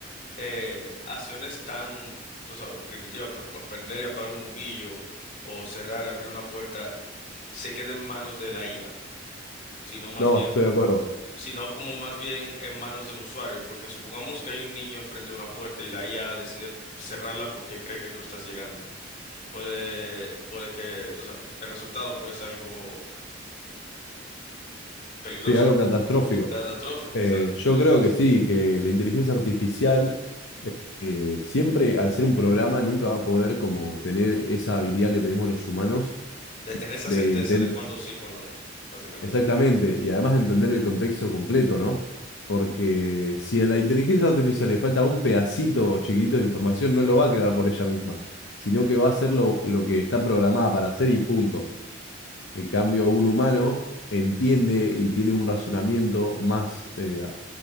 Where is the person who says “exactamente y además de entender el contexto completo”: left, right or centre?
Left